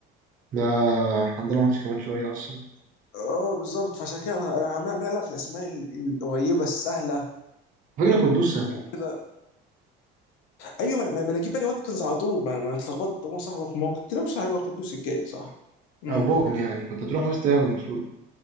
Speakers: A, on the right (about 40°); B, on the left (about 80°).
A: ده عندنا ماتش كمان شويه اصلا
B: اه بالظبط فعشان كده انا انا عمال عمال العب في الاسماء ال- القريبه السهله
A: فكره قدوس سهل
B: وكده ايوه ما انا ما أنا جه بالي واتكنز على طول ما أنا- ما أنا اتلخبطت هو صح ما كنت لو مش هيبقى قدوس الجاي صح امم
A: او بون يعني كنت هتروح وسط هام المفروض